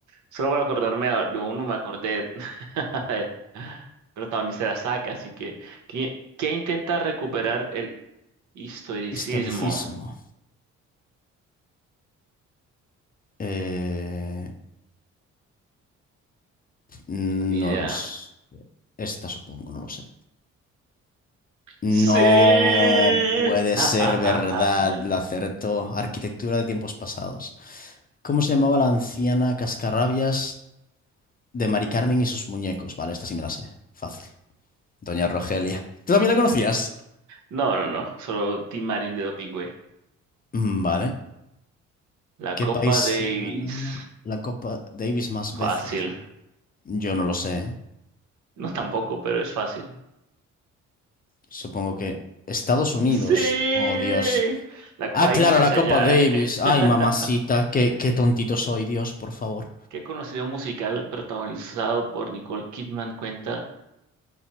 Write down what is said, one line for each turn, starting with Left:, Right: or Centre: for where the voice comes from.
Right: solo por acordarme a- de uno me acordé. <laughs> Protagonista de la saca, así que ¿quién, quién intenta recuperar el Historicismo,
Left: Historicismo. Eh, No
Right: ni idea.
Left: los... Esta supongo, no lo sé. No
Right: ¡Sí!
Left: puede
Right: <laughs>
Left: ser verdad, la acertó. Arquitectura de tiempos pasados. ¿Cómo se llamaba la anciana cascarrabias de Mari Carmen y sus muñecos? Vale, esta sí me la sé. Fácil. Doña Rogelia. ¿Tú también la conocías?
Right: No, no, no, solo Tim Marín de Dopingüe.
Left: Mm, Vale.
Right: La
Left: ¿Qué
Right: Copa
Left: país
Right: Davis.
Left: ha ganado la Copa Davis más veces?
Right: Fácil.
Left: Yo no lo sé. ¿eh?
Right: No tampoco, pero es fácil.
Left: Supongo que Estados Unidos.
Right: ¡Sí!
Left: Oh, Dios.
Right: La Copa
Left: Ah, claro,
Right: Davis se hace
Left: la Copa
Right: allá,
Left: Davis.
Right: ¿eh?
Left: Ay,
Right: <laughs>
Left: mamacita, qué, qué tontito soy, Dios, por favor.
Right: ¿Qué conocido musical protagonizado por Nicole Kidman cuenta